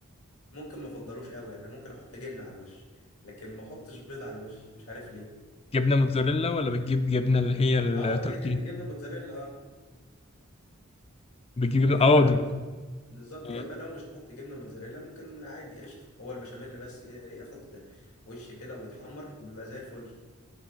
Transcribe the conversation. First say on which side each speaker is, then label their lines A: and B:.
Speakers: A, on the left; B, on the left.
A: ممكن ما افضلوش قوي يعني أنا ممكن احط جبنة على الوش لكن ما احطش بيض على الوش مش عارف ليه
B: جبنه موتزاريلا ولا بتجيب جبنه اللي هي التركي
A: اه ج- جبنة جبنة موتزاريلا اه
B: بتجيب جبنه
A: يا
B: اه
A: اما لو
B: دب-
A: مش هحط بالظبط
B: اه
A: يا اما لو مش هحط جبنة موتزاريلا ممكن عادي قشطة هو البشاميل بس ي- ياخد وش كده ويتحمر وبيبقى زي الفل